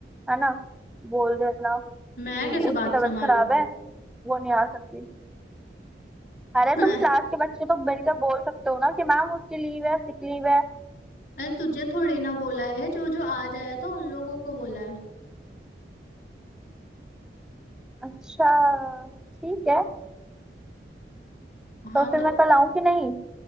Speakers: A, in the centre; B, on the left.
A: है ना बोल देना
B: मैं
A: कि वो-
B: कैसे बात
A: उसकी तबीयत
B: संभालूं
A: खराब है वो नहीं आ सकती अरे
B: <laughs>
A: तुम
B: अरे
A: क्लास के बच्चे तो मिलकर बोल सकते हो ना कि मैम उसकी लीव है सिक लीव है
B: तुझे थोड़ी ना बोला है जो जो आज आया था उन लोगों को बोला है
A: अच्छा ठीक है
B: हाँ
A: तो फिर
B: तो
A: मैं कल आऊँ कि नहीं